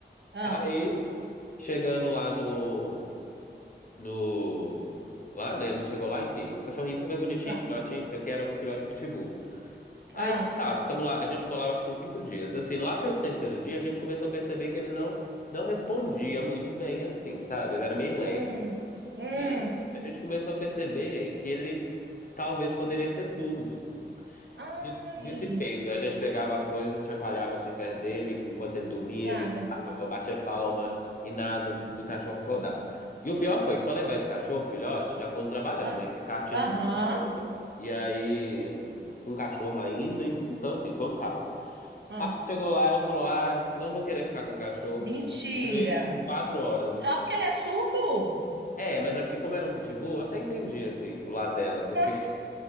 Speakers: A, on the right; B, on the left.
A: ah,
B: Aí, chegando lá no, no, lá, né, a gente chegou lá, enfim, o cachorrinho super bonitinho,
A: ah,
B: filhotinho, não sei o que, era um filhote pitbull. Aí
A: ah.
B: tá, ficamos lá. A gente ficou lá acho que uns cinco dias. Assim, lá pelo terceiro dia, a gente começou a perceber que ele não, não respondia muito bem, assim, sabe? Ele era meio lerdo.
A: Hum, hum.
B: E aí a gente começou a perceber que ele talvez poderia ser surdo.
A: Ai,
B: Dito dito e feito, a gente pegava as coisas, chacoalhava assim perto dele, enquanto ele dormia,
A: nada.
B: gritava, batia palma e nada do cachorro
A: Nossa.
B: acordar. E o pior foi que para levar esse cachorro, filhote, já foi um trabalhão,
A: Ah,
B: né? Que o carro tinha
A: aham.
B: cinco pessoas, e aí com o cachorro ainda, então assim, foi um caos.
A: ah.
B: Chegou lá, ela falou: Ah, não vou querer ficar com o cachorro.
A: Mentira.
B: E quatro horas, assim.
A: Só porque ele é surdo?
B: É, mas é porque, como era um pitbull, eu até entendi, assim, o lado dela, porque
A: Ah,